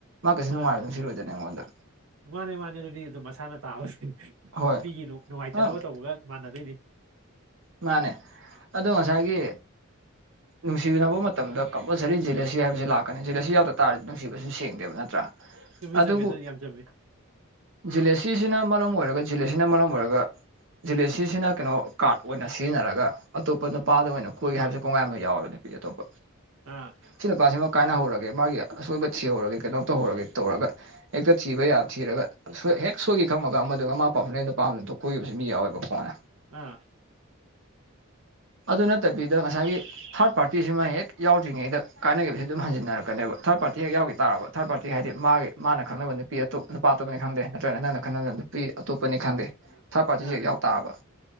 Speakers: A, on the right; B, on the right.
A: ꯃꯥꯀꯩꯁꯨ ꯅꯨꯡꯉꯥꯏꯔꯣꯏꯗꯅ
B: ꯑꯥ
A: ꯁꯤꯔꯣꯏꯗꯅ ꯑꯩꯉꯣꯟꯗ
B: ꯃꯥꯅꯦ ꯃꯥꯅꯦ ꯑꯗꯨꯗꯤ ꯑꯗꯨꯝ ꯃꯁꯥꯅ ꯇꯥꯕꯁꯤ
A: ꯍꯣꯏ
B: ꯃꯤꯒꯤ ꯅꯨꯡ ꯅꯨꯡꯉꯥꯏꯇꯅꯕ
A: ꯑꯪ
B: ꯇꯧꯕꯒ ꯃꯥꯟꯅꯗꯣꯏꯅꯤ
A: ꯃꯥꯅꯦ ꯑꯗꯣ ꯉꯁꯥꯏꯒꯤ ꯅꯨꯡꯁꯤꯅꯕ ꯃꯇꯝꯗ ꯀꯝꯄꯜꯁꯔꯤ ꯖꯨꯂꯁꯤ ꯍꯥꯏꯕꯁꯤ ꯂꯥꯛꯀꯅꯤ ꯖꯨꯂꯁꯤ ꯌꯥꯎꯗ ꯇꯥꯔꯗꯤ ꯅꯨꯡꯁꯤꯕꯁꯨ ꯁꯦꯡꯗꯦꯕ ꯅꯠꯇ꯭ꯔꯥ
B: ꯆꯨꯝꯃꯤ
A: ꯑꯗꯨꯕꯨ
B: ꯆꯨꯝꯃꯤ ꯑꯗꯨ ꯌꯥꯝ ꯆꯨꯝꯃꯤ
A: ꯖꯤꯂꯁꯤꯁꯤꯅ ꯃꯔꯝ ꯑꯣꯏꯔꯒ ꯖꯤꯂꯁꯤꯅ ꯃꯔꯝ ꯑꯣꯏꯔꯒ ꯖꯦꯂꯁꯤꯁꯤꯅ ꯀꯩꯅꯣ ꯀꯥꯔꯠ ꯑꯣꯏꯅ ꯁꯤꯖꯤꯟꯅꯔꯒ ꯑꯇꯣꯞꯄ ꯅꯨꯄꯥꯗ ꯑꯣꯏꯅ ꯀꯣꯏꯒꯦ ꯍꯥꯏꯕꯁꯦ ꯀꯣꯡꯒꯥꯏ ꯑꯝꯂꯩ ꯌꯥꯎꯋꯦꯕ ꯅꯨꯄꯤ ꯑꯇꯣꯞꯄ
B: ꯑꯥ
A: ꯁꯤꯅꯨꯄꯥꯁꯤꯃ ꯀꯥꯏꯅꯍꯧꯔꯒꯦ ꯃꯥꯒꯤ ꯑꯁꯣꯏꯕ ꯊꯤꯍꯧꯔꯒꯦ ꯀꯩꯅꯣ ꯇꯧꯍꯧꯔꯒꯦ ꯇꯧꯔꯒ ꯍꯦꯛꯇ ꯊꯤꯕ ꯌꯥꯕ ꯊꯤꯔꯒ ꯁꯣꯏ ꯍꯦꯛ ꯁꯣꯏꯈꯤ ꯈꯪꯕꯒ ꯑꯃꯗꯨ ꯃꯥ ꯄꯥꯎꯐꯥꯎꯅꯩ ꯅꯨꯄꯥꯥ ꯑꯝ ꯊꯣꯛ ꯀꯣꯏꯈꯤꯕꯁꯨ ꯃꯤ ꯌꯥꯎꯋꯦꯕ ꯀꯣꯟꯅ
B: ꯑꯥ
A: ꯑꯗꯨ ꯅꯠꯇꯕꯤꯗ ꯉꯁꯥꯏꯒꯤ ꯊꯥꯔꯠ ꯄꯥꯔꯇꯤꯁꯤꯃ ꯍꯦꯛ ꯌꯥꯎꯗ꯭ꯔꯤꯉꯩꯗ ꯀꯥꯏꯅꯈꯤꯕꯖꯦ ꯑꯗꯨꯝ ꯍꯟꯖꯤꯟꯅꯔꯛꯀꯅꯦꯕ ꯊꯔꯠ ꯄꯥꯔꯇꯤ ꯍꯦꯛ ꯌꯥꯎꯒꯤ ꯇꯥꯔꯕ ꯊꯥꯔꯠ ꯄꯥꯔꯇꯤ ꯍꯥꯏꯗꯤ ꯃꯥꯒꯤ ꯃꯥꯅ ꯈꯪꯅꯕ ꯅꯨꯄꯤ ꯑꯇꯣꯞ ꯅꯨꯄꯥ ꯑꯇꯣꯞꯄꯅꯤ ꯈꯪꯗꯦ ꯅꯠꯇ꯭ꯔꯒ ꯅꯪꯅ ꯈꯪꯅꯕ ꯅꯨꯄꯤ ꯑꯇꯣꯞꯄꯅꯤ ꯈꯪꯗꯦ ꯊꯥꯔꯠ ꯄꯥꯔꯇꯤꯁꯦ
B: ꯑꯥ
A: ꯍꯦꯛ ꯌꯥꯎ ꯇꯥꯔꯕ